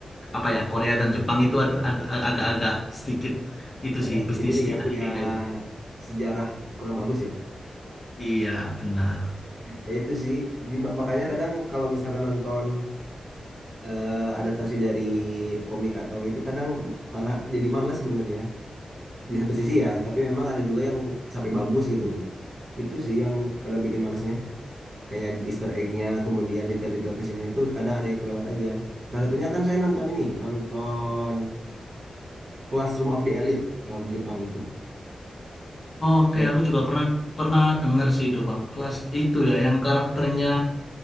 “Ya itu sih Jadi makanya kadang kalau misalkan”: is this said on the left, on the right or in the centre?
Right